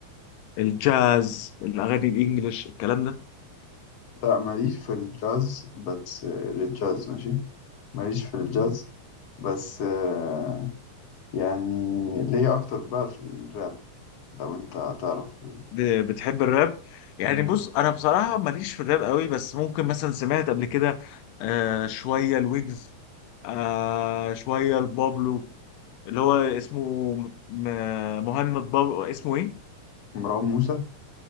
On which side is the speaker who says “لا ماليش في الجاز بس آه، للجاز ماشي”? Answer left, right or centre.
Left